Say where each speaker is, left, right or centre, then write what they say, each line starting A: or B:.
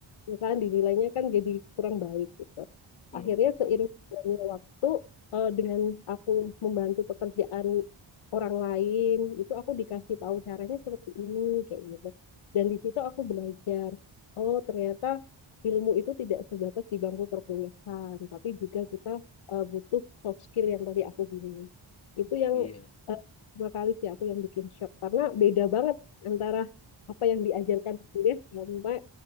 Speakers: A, on the left; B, on the left.
A: ya kan dinilainya kan jadi kurang baik gitu.
B: tuh,
A: Akhirnya seiring
B: tuh.
A: berjalannya waktu eh, dengan aku membantu pekerjaan orang lain itu aku dikasih tahu caranya seperti ini kayak gitu. Dan di situ aku belajar, oh ternyata ilmu itu tidak sebatas di bangku perkuliahan, tapi juga kita eh, butuh soft skill yang tadi aku bilang. Itu yang
B: Iya.
A: eh, dua kali sih aku yang bikin shock karena beda banget antara apa yang diajarkan di kuliah sama